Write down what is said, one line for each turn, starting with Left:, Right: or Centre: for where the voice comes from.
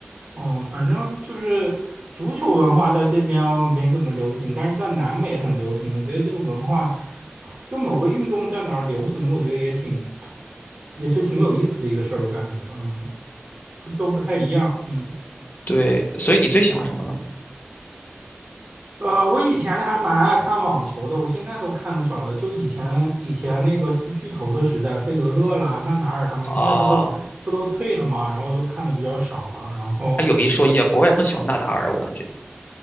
Right: 嗯，反正就是足球文化在这边哦没怎么流行，但是在南美很流行。我觉得这个文化，就某个运动在哪儿流行，我觉得也挺，也是挺有意思的一个事儿。我感觉，嗯，都不太一样，嗯。
Left: 对，所以你最喜欢什么呢？
Right: 呃，我以前还蛮爱看网球的，我现在都看的少了。就以前以前那个四巨头的时代，费德勒啦、纳达尔他们，
Left: 啊，
Right: 现在不都不都退了吗？然后就看的比较少了。然后
Left: 哎，有一说一啊，国外更喜欢纳达尔，我感觉